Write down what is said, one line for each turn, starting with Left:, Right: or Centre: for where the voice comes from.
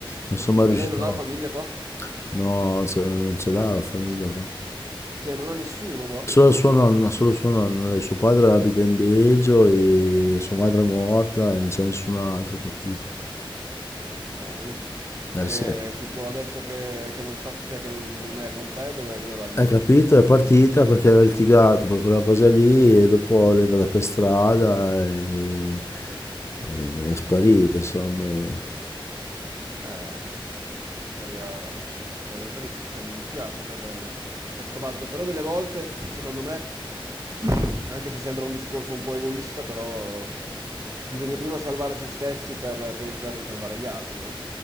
Left: non sono mai
Right: Ma
Left: riuscito,
Right: lei non ha la famiglia qua?
Left: no, cioè, non ce l'ha la famiglia qua.
Right: Cioè, non ha nessuno qua?
Left: Solo sua nonna, solo suo nonno, e suo padre abita in Belgio e sua madre è morta e non c'è nessun altro, capito?
Right: No, è brutto.
Left: Eh
Right: E
Left: sì,
Right: tipo adesso che, che non sta, cioè che non, non è con te, dove, dove va di
Left: hai
Right: solito?
Left: capito?
Right: Va
Left: È partita
Right: in giro?
Left: perché aveva litigato per quella cosa lì e dopo
Right: Mhm.
Left: è andata per strada e, e è sparita, insomma. e-
Right: Eh, È una storia, una storia triste, cioè mi dispiace per, per sta bazza, però delle volte, secondo me, <clears throat> anche se sembra un discorso un po' egoista, però bisogna prima salvare se stessi per pensare di salvare gli altri, no?